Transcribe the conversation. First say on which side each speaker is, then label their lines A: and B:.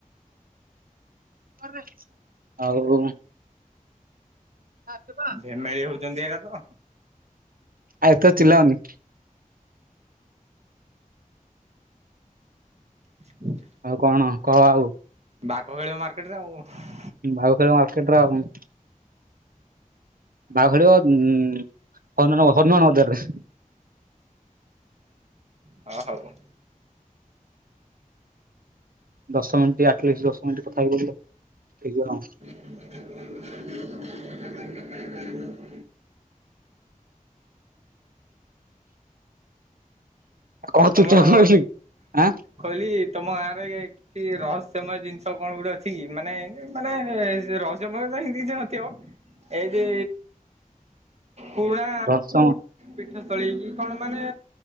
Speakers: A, on the right (about 80°); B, on the right (about 50°).
A: <unintelligible> ଆଉ। ଆ ଶୁଭ।
B: ଏ ମେଳି ହଉଛନ୍ତି ଏରା ତ।
A: ଆଉ ଏତେ ଚିଲାଅନି।
B: <inaudible>
A: ଆଉ କଣ କହ ଆଉ?
B: ବାଘ ଖେଳିବ ମାର୍କେଟ ରେ ଆଉ।
A: ବାଘ ଖେଳିବ ମାର୍କେଟରେ ଆଉ। ବାଘ ଖେଳିବ ଉ ହନୁମାନ ହନୁମାନ ବଜାରରେ।
B: ହ ହଉ।
A: ଦଶ ମିନିଟ୍ ଆଟଲିଷ୍ଟ ଦଶ ମିନିଟ୍ କଥା ହେଇ ପଡିଲ ଠିକ ବରଂ।
B: <inaudible>
A: କଣ
B: ତାଲେ
A: ଚୁପଚାପ
B: ତମର
A: କଣ ରହିଲୁ? ଆଁ
B: କଇଲି ତମ ଗାଁର ଖଲି ଇଏ ସେ ରହସ୍ୟମୟ ଜିନିଷ କଣ ଗୋଟେ ଅଛି କି ମାନେ ମାନେ ରହସ୍ୟମୟ ତ ହିନ୍ତି କିଛି ନ ଥିବ ଏଇ ଯେ ପୁରୁଣା
A: ଦଶମ
B: ପୀଠସ୍ଥଳୀ କିି କଣ ମାନେ